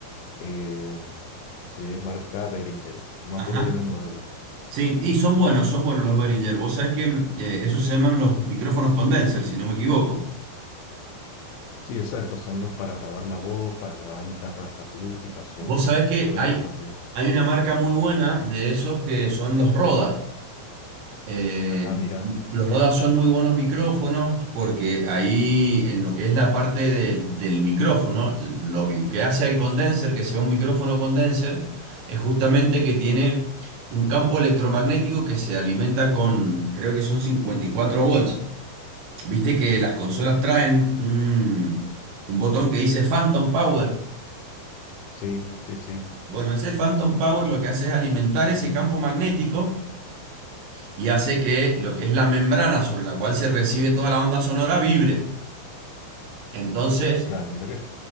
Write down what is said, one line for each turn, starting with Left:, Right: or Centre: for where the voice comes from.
Left: eh, de marca Behringer. No me
Right: Ajá.
Left: acuerdo bien el modelo.
Right: Sí, y son buenos, son buenos los Behringer. Vos sabés que mm, eh, esos se llaman los micrófonos condenser, si no me equivoco.
Left: Sí, exacto, son los para grabar la voz, para grabar guitarras acústicas o,
Right: Vos sabés
Left: o
Right: que
Left: criollas
Right: hay,
Left: también.
Right: hay una marca muy buena de esos que son los Roda. Eh,
Left: Ajá, mira,
Right: Los Rodas son muy buenos micrófonos porque ahí en lo que es la parte del del micrófono, lo que que hace al condenser, que sea un micrófono condenser, es justamente que tiene un campo electromagnético que se alimenta con, creo que son 54 volts. Viste que las consolas traen un, un botón que dice Phantom Power.
Left: sí, sí, sí,
Right: Bueno, ese Phantom Power lo que hace es alimentar ese campo magnético y hace que lo que es la membrana sobre la cual se recibe toda la onda sonora vibre. Entonces,
Left: claro, mira que,